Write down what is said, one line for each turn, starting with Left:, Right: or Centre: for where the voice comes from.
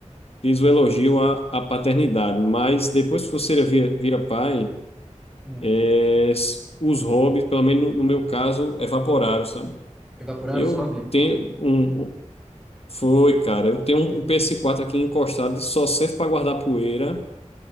Left: Fiz o elogio à, à paternidade, mas depois que você vira, vira pai,
Centre: Hum.
Left: é, s- os hobbies, pelo menos no, no meu caso, evaporaram, sabe?
Centre: Evaporar
Left: Eu
Centre: os hobbies?
Left: tenho um. um- Foi, cara, eu tenho um,
Centre: Hum.
Left: um ps quatro aqui encostado, só serve para guardar poeira.